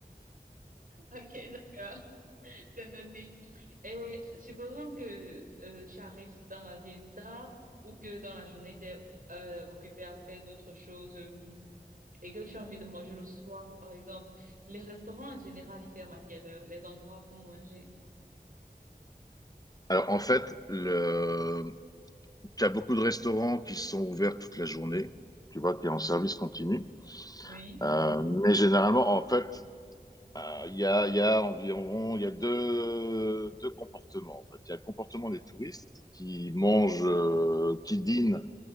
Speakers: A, on the right (about 60°); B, on the left (about 25°).
A: Ok, d'accord. <laughs> C'est noté. Et supposons que euh, tu arrives dans la ville tard ou que dans la journée, tu es occupé à faire d'autres choses euh, et que tu as envie de manger le soir, par exemple. Les restaurants en général, ils ferment à quelle heure? Les endroits pour manger?
B: Alors en fait, le... tu as beaucoup de restaurants qui sont ouverts toute la journée, tu vois, qui est en service continu.
A: Oui,
B: Euh, mais généralement, en fait, euh, il y a, il y a environ, il y a deux, deux comportements. En fait, il y a le comportement des touristes qui mangent, euh, qui dînent